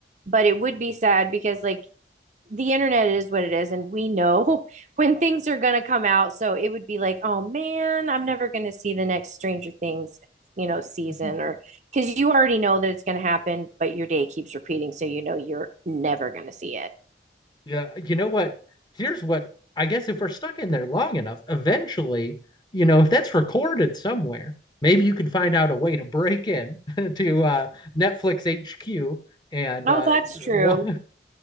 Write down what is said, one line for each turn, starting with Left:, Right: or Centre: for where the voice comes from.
Right: but it would be sad because like the internet is what it is, and we know <laughs> when things are gonna come out. So it would be like, oh man, I'm never gonna see the next Stranger Things, you know, season,
Left: <laughs>
Right: or because you already know that it's gonna happen, but your day keeps repeating, so you know you're never gonna see it.
Left: Yeah, you know what? Here's what I guess if we're stuck in there long enough, eventually, you know, if that's recorded somewhere, maybe you can find out a way to break in <laughs> to uh, Netflix HQ and
Right: Oh,
Left: uh,
Right: that's true.
Left: wa-